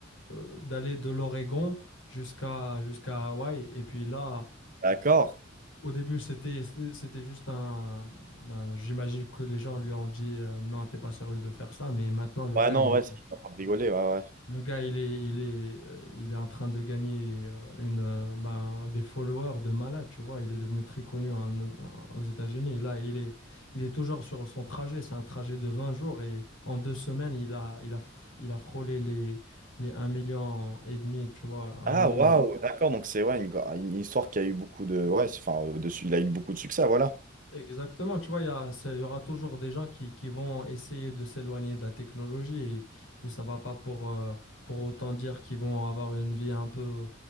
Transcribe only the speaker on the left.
euh, d'aller de l'Oregon jusqu'à jusqu'à Hawaï. Et puis là,
au début, c'était, c'était c'était juste un, ben, j'imagine que les gens lui ont dit, euh, non, t'es pas sérieux de faire ça, mais maintenant, le
gars,
il,
le gars, il est, il est, euh, il est en train de gagner euh, une, euh, ben, des followers de malade, tu vois. Il est devenu très connu en- en- aux États-Unis. Et Là, il est, il est toujours sur son trajet. C'est un trajet de 20 jours et en deux semaines, il a, il a, f- il a frôlé les, les un million et demi, tu vois, un
million
Exactement, tu vois, il y a- ça- il y aura toujours des gens qui, qui vont essayer de s'éloigner de la technologie et, et ça va pas pour, euh, pour autant dire qu'ils vont avoir une vie un peu,